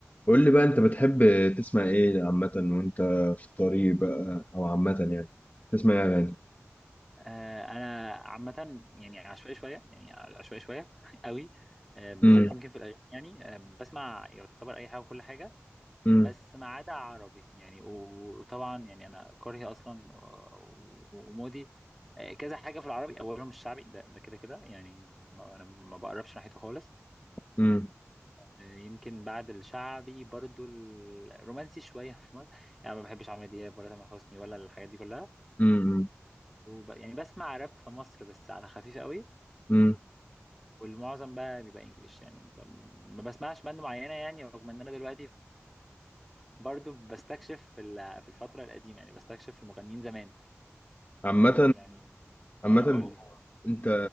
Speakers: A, on the left; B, in the centre.
A: قول لي بقى انت بتحب تسمع ايه عامة وانت في الطريق بقى او عامة يعني تسمع ايه اغاني
B: آه، انا عامه يعني عشوائي شويه يعني عشوائي شويه <laughs> قوي آه، بالذات
A: امم
B: يمكن في الاغاني يعني آه، بسمع يعتبر اي حاجه وكل حاجه
A: امم
B: بس ما عدا عربي يعني و- وطبعا يعني انا كرهي اصلا و- و- ومودي آه، كذا حاجه في العربي اولهم الشعبي ده ده كده كده يعني ما- انا ما بقربش ناحيته خالص
A: امم
B: آه، يمكن بعد الشعبي برضو الرومانسي شويه <laughs> في مصر يعني ما بحبش عمرو دياب ولا تامر حسني ولا الحاجات دي كلها
A: امم
B: وب... يعني بسمع راب في مصر بس على خفيف قوي
A: امم
B: والمعظم بقى بيبقى انجلش يعني انت ما بسمعش باند معينه يعني رغم ان انا دلوقتي برضو بستكشف في ال- في الفتره القديمه يعني بستكشف في المغنيين زمان
A: عامة
B: آه يعني آه
A: عامة
B: قول لي
A: انت